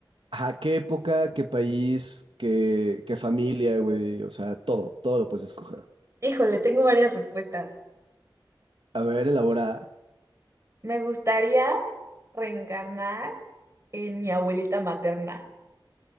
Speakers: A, on the right (about 80°); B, on the right (about 35°).
A: Ajá, qué época, qué país, qué, qué familia, güey. O sea, todo, todo lo puedes escoger.
B: Híjole, tengo varias respuestas.
A: A ver, elabora.
B: Me gustaría reencarnar en mi abuelita materna.